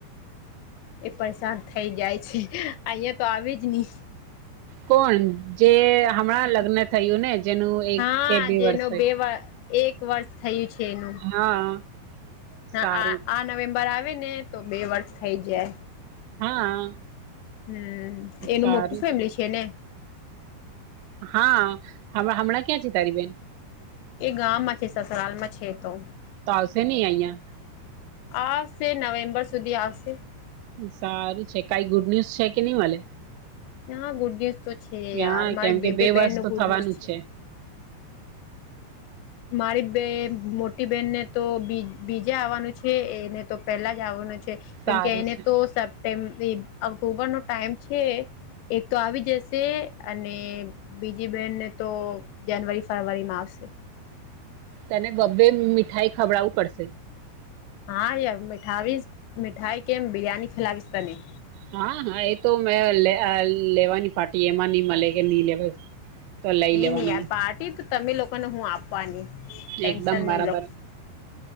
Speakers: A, on the left; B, on the right.
A: એ પરેશાન થઈ જાય છે અહંયા તો આવે નહી.
B: કોણ? જે હમણાં લગ્ન થયું ને જેનું એક
A: હા
B: કે બે
A: જેનો
B: વર્ષ થાય.
A: બે એક વર્ષ થયું છે એનું.
B: હા.
A: હા
B: સારું
A: આ આ નવેમ્બર આવે ને તો બે વર્ષ થઈ જાય.
B: હા.
A: હમ એનું
B: સારું
A: મોટું ફેમિલી
B: જ
A: છે ને?
B: હા, હમા હમણાં ક્યાં છે તારી બેન?
A: એ ગામમાં છે સસરાલમાં છે તો.
B: ફાવસે ની આઈયા.
A: આવશે નવેમ્બર સુધી આવશે.
B: સારું છે કઈ ગુડ ન્યુઝ છે કે નઈ મલે?
A: હા ગુડ ન્યુઝ તો છે યાર
B: હા
A: મારે
B: કેમ
A: બે
B: કે
A: બે બેન
B: વર્ષ
A: નો
B: તો
A: ગુડ
B: થવાનું
A: ન્યુઝ છે.
B: જ
A: મારી બે મોટી બહેનને તો બી બીજા આવવાનું છે એને તો પેલા જ આવવાનું છે. કેમ
B: સારું
A: કે એને
B: છે
A: તો સપ્ટેમ્ ઓક્ટોબરનો ટાઈમ છે, એ તો આવી જશે અને બીજી બહેનને તો જાનવરી ફરવરીમાં આવશે.
B: તેને બબ્બે મીઠાઈ ખવડાવું પડશે.
A: હા યાર મિઠાવીશ મિઠાઈ કેમ બિરિયાની ખલાવીશ તને.
B: હા હા એ તો મેં લે લેવાની પાર્ટી એમાં નઈ મળે કે નહી લેવા. તો લઈ
A: નઈ
B: લેવાની
A: નઈ યાર
B: મે
A: પાર્ટી તો તમે લોકોને હું આપવાની ટેન્શન
B: એકદમ
A: નહી
B: બરાબર
A: લો.